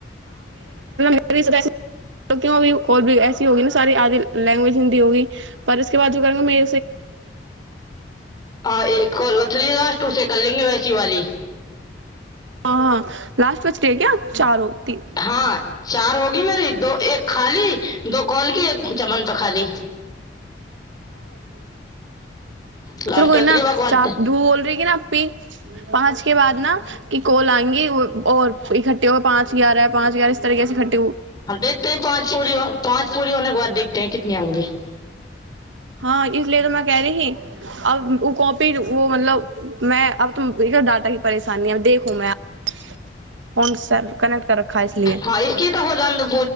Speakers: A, on the right (about 85°); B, on the left (about 20°).
A: <unintelligible> <unintelligible> <unintelligible> होगी ने सारी आदिल लैंग्वेज हिन्दी होगी परसके बाद जो करेंगे मै
B: हँ एक कॉल <unintelligible> शिवाली
A: ह लास्ट बचडे क्य चारो तीन
B: हँ चार होगी मेरी दो एक खाली दो कोलगी एक चमन त खाली लास्ट
A: चल कोई
B: बच
A: न
B: रही है, बाकी बात
A: चाप धू बोल रही की न पी पाँच के बाद न कि कोल आ औ इठ्ठे होए पाँच हजारै पाँच हजारस तरहे <unintelligible>
B: ह देखते है पाँच पूरी पाँच पूरी होने के बाद देखत है कितनी आउंगी
A: हँ इसलिए त मैं क रही थी अब ओ कपी फिर वो मतलब में अब त इर ाटा ही परेशानी देखू फोन कनेक्ट कर रखा ह इसलि
B: हाँ इसकी तो हो जान दो